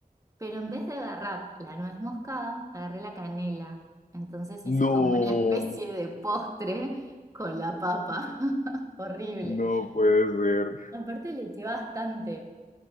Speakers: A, on the right; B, on the left.
A: Pero en vez de agarrar la nuez moscada, agarré la canela. Entonces hice
B: No,
A: como una <laughs> especie de postre con la papa. <laughs> Horrible.
B: no puede ser.
A: Aparte le eché bastante.